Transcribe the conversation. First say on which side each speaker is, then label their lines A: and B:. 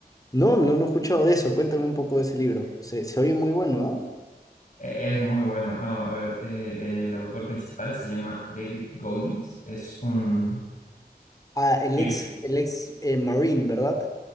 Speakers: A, on the left (about 20°); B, on the left (about 50°).
A: No, no, no he escuchado de eso. Cuéntame un poco de ese libro. Se, se oye muy bueno, ¿ah?
B: E- Es muy bueno. Ah, a ver, eh, el autor principal se llama David Goggins. Es un
A: Ah, el
B: ex-
A: ex, el ex eh, Marine, ¿verdad?